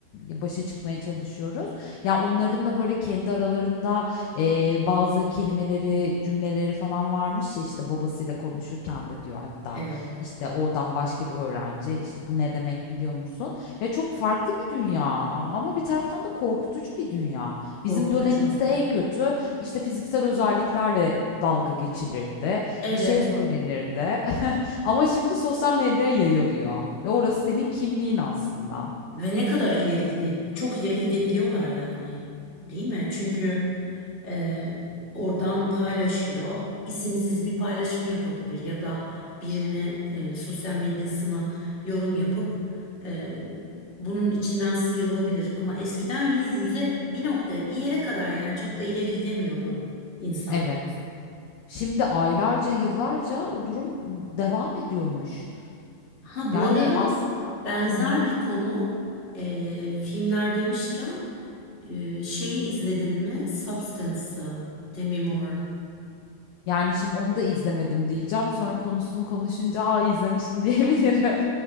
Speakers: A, on the left (about 80°); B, on the left (about 25°).
A: başa çıkmaya çalışıyoruz. Ya onların da böyle kendi aralarında eee, bazı kelimeleri, cümleleri falan varmış ya işte babasıyla konuşurken de diyor hatta
B: Evet.
A: işte oradan başka bir öğrenci işte bu ne demek biliyor musun? Ya çok farklı bir dünya ama bir taraftan da korkutucu bir dünya.
B: Korkutucu.
A: Bizim dönemimizde en kötü işte fiziksel özelliklerle dalga geçilirdi
B: Evet.
A: bir şey söylenirdi. <laughs> Ama şimdi sosyal medyaya yayılıyor ve orası senin kimliğin aslında.
B: Ve ne kadar ileri gide, çok ileri gidebiliyorlar yani, değil mi? Çünkü e, oradan paylaşıyor, isimsiz bir paylaşım yapabilir ya da birine e, sosyal medyasına yorum yapıp e, bunun içinden sıyrılabilir. Ama eskiden yüz yüze bir noktaya, bir yere kadar yani çok da ileri gidemiyordu insan.
A: Evet. Şimdi aylarca, yıllarca o durum devam ediyormuş.
B: Ha bu
A: Yani
B: arada
A: aslında
B: benzer
A: hı hı.
B: bir konu e, filmler demişken. Ee, şeyi izledin mi? Substance'ı. Demi Moore.
A: Yani şimdi onu da izlemedim diyeceğim. Sonra konusunu konuşunca aa izlemişim <laughs> diyebilirim.